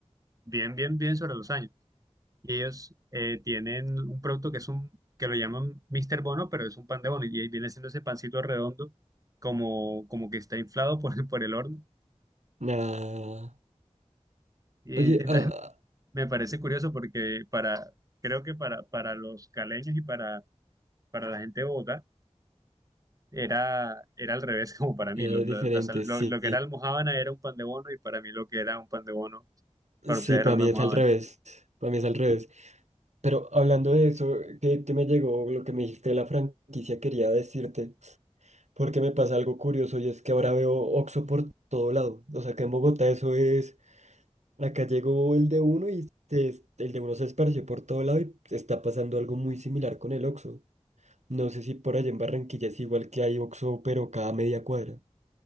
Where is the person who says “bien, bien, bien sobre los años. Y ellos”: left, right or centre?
Right